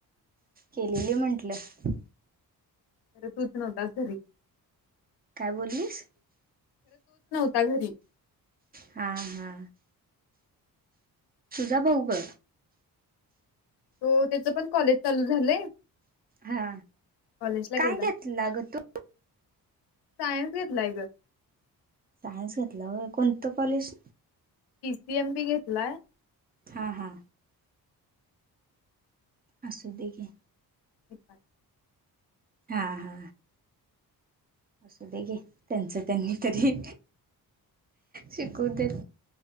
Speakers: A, on the right; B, on the left.
A: केलेली म्हंटलं
B: मर तू सना दसरी
A: काय बोललीस
B: तगरी
A: हा हा तुझा भाऊ ग
B: त त्याच पण कॉलेज चालू झालंय
A: हा
B: कॉलेजला
A: काय
B: गेलाय
A: घेतलं ग तू
B: सायन्स घेतलाय ग
A: सायन्स घेतला कोणतं कॉलेज
B: सीएम बी घेतलाय
A: हा हा अससतेे
B: हे
A: हा हा असं दे घे त्यांचं त्यांनी तरी शिकू देत